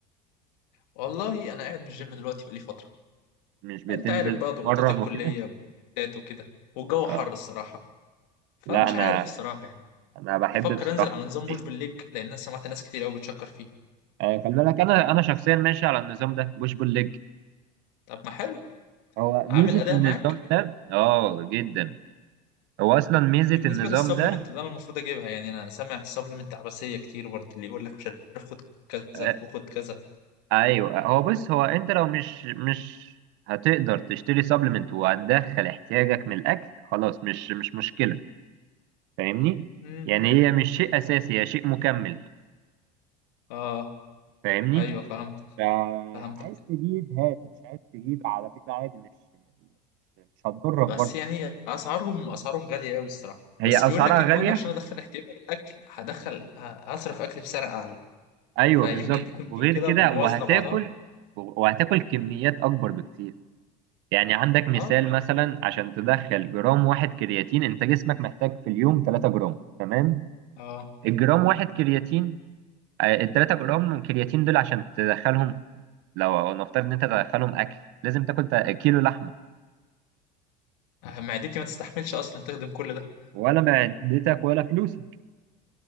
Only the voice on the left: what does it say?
والله أنا قاعد من الجيم دلوقتي بقالي فترة
أنت عارف بقى
ضغوطات الكلية
والبريكات وكده والجو
حر الصراحة فمش
عارف الصراحة يعني
بفكر
أنزل على نظام مش
بالليج لأن أنا سمعت ناس كتير أوي بتشكر فيه
طب ما حلو
عامل أداء
معاك
وبالنسبة
للسبلمنت
اللي أنا المفروض أجيبها يعني أنا سامع السبلمنت عباسية كتير برضه اللي يقول لك مش عارف خد كذا
وخد كذا
امم
آه
أيوه فهمت
فهمت
بس
يعني اسعارهم اسعارهم غاليه قوي الصراحه
بس بيقول
لك ان
انا عشان ادخل احتياجي من الاكل هدخل ه- هصرف اكل بسعر اعلى
فيمكن
يكون
دي كده
موازنه
بعضها
اه
اه
معدتي ما تستحملش اصلا تهضم كل ده